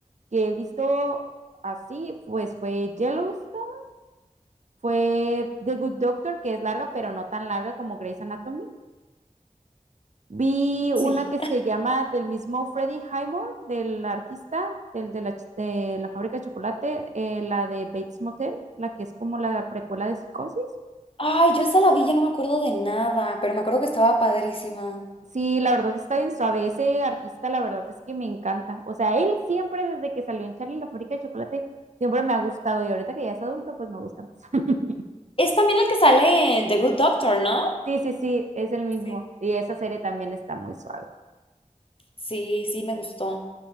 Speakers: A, on the right (about 60°); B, on the left (about 40°).
A: que he visto así, pues fue Yellowstone, fue The Good Doctor, que es larga, pero no tan larga como Grey's Anatomy. Vi una
B: Sí.
A: que se llama del mismo Freddie Highmore, del artista, del, de, la, ch- de la fábrica de chocolate, eh, la de Bates Motel, la que es como la precuela de Psicosis.
B: Ay, yo esa la vi, ya no me acuerdo de nada, pero me acuerdo que estaba padrísima.
A: Sí, la verdad está bien suave. Ese artista, la verdad es que me encanta. O sea, él siempre, desde que salió en Charlie y la fábrica de chocolate, siempre me ha gustado. Y ahorita que ya es adulto, pues me gusta más. <laughs>
B: Es también el que sale en The Good Doctor, ¿no?
A: Sí, sí, sí, es el mismo.
B: Sí.
A: Y esa serie también está muy suave.
B: Sí, sí, me gustó.